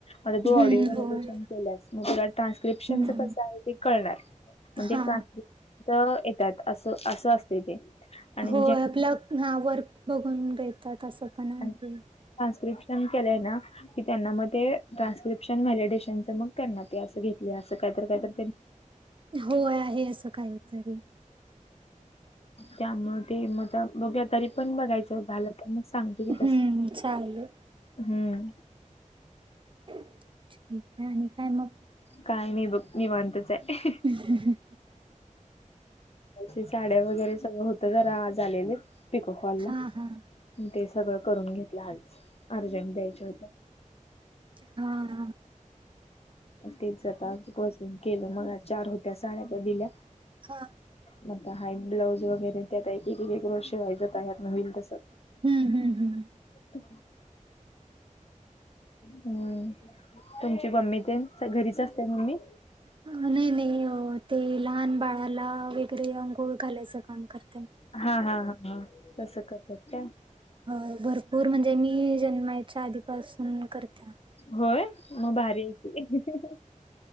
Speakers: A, on the left; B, on the right.
A: मता तू
B: हम्म
A: ऑडिओ
B: होय
A: एडिशन केल्यास मग तुला ट्रान्स्क्रिप्शनच
B: हम्म
A: कसं आहे ते कळणार. म्हणजे
B: हा
A: ट्रान्सलेट येतात अस असं असतय ते आणि
B: होय
A: जे
B: आपला ह वर्क बघून देतात असं पण आहे.
A: आणि ट्रान्स्क्रिप्शन केलंय ना की त्यांना मग ते ट्रान्स्क्रिप्शन व्हॅलिडेशनच मग करणार. ते असं घेतले असं काय तर काय तर त्यानी
B: होय आहे असं काहीतरी
A: त्यामुळे ते मग आता तरीपण बघायचं. झालं तर मग सांगते की तस
B: हम्म चालेल
A: हम्म.
B: ठीक आहे आणि काय मग
A: काही नाही बघ निवांतच आहे.
B: ह ह ह.
A: अ साड्या वगैरे सगळ होत जरा आज आलेले. पिकोफॉलला
B: हा हा
A: ते सगळं करून घेतलं आज अर्जंट द्यायच होत.
B: हा हा.
A: तेच आता बसून केल मग चार होत्या साड्या त्या दिल्या
B: हा.
A: म त्या हाईट ब्लाउज वगैरे त्या टाईप आता एक एक रोज शेवायचं यातन होईल तसं.
B: हम्म हम्म हम्म
A: हू हू. हम्म तुमची मम्मी तेन घरीच असतात म्हणे.
B: नाही नाही ते लहान बाळाला वगैरे अंघोळ घालायचं काम करत.
A: हा हा हा हा तस करतात काय
B: हो भरपूर म्हणजे मी जन्मायच्या आधीपासून करतात.
A: होय मग भारी आहे की हू हू हू.